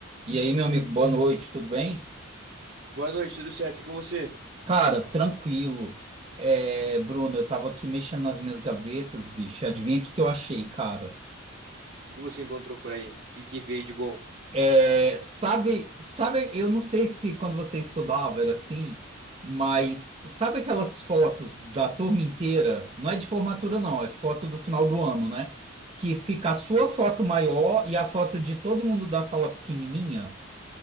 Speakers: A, on the right; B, on the right.
A: E aí, meu amigo, boa noite, tudo bem?
B: Boa noite, tudo certo com você? O
A: Cara, tranquilo. É, Bruno, eu tava aqui mexendo nas minhas gavetas, bicho. Adivinha o que que eu achei, cara?
B: que que você encontrou por aí? O que que veio de bom?
A: É, sabe, sabe, eu não sei se quando você estudava era assim, mas sabe aquelas fotos da turma inteira? Não é de formatura, não, é foto do final do ano, né? Que fica a sua foto maior e a foto de todo mundo da sala pequenininha.